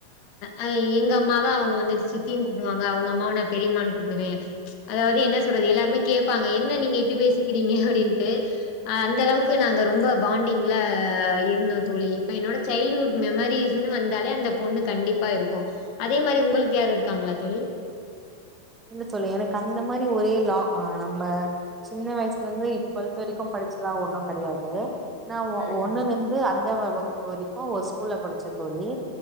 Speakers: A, on the left (about 40°); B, on the right (about 15°).
A: அ எங்க அம்மாவா அவுங்க வந்துட்டு சித்தின் கூப்டுவாங்க அவுங்க அம்மாவ நா பெரியமான் கூப்டுவே அதாவ்து என்ன சொல்றது எல்லாருமே கேட்பாங்க என்ன நீங்க இப்டி பேசிக்கிறீங்க அப்டின்ட்டு அ அந்தளவுக்கு நாங்க ரொம்ப பாண்டிங்ல இருந்தோ தோழி இப்ப என்னோட சைல்டுஹுட் மெமரிஸ்ன்னு வந்தாலே அந்த பொண்ணு கண்டிப்பா இருக்கு அதே மாரி உங்களுக்கு யாரு இருக்காங்ளா தோழி
B: இல்ல தோழி எனக்கு அந்த மாரி ஒரே லா நம்ப சின்ன வய்சுலேந்து இப்பொல்த் வரிக்கு படிச்சலா ஒன்னு கடயாது நா ஒ
A: ம்
B: ஒன்னுலேந்து அஞ்சா வ வகுப்பு வரி க்கு ஒரு ஸ்கூல்ல படிச்சே தோழி